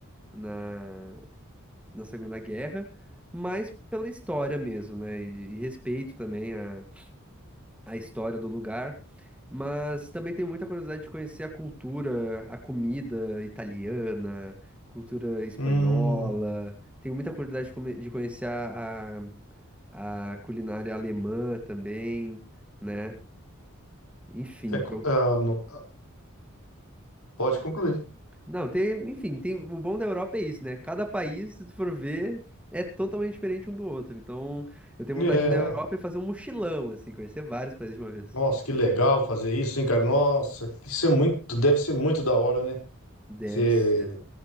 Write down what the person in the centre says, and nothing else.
na, na Segunda Guerra, mas pela história mesmo, né? E, e respeito também a, a história do lugar. Mas também tenho muita curiosidade de conhecer a cultura, a comida italiana, cultura espanhola.
Tenho muita curiosidade de, come- de conhecer a, a, a culinária alemã também, né? Enfim,
tem
Não, tem, enfim, tem, o bom da Europa é isso, né? Cada país, se tu for ver, é totalmente diferente um do outro. Então, eu tenho
vontade de ir na Europa e fazer um mochilão, assim, conhecer vários países de uma vez.
Deve
ser.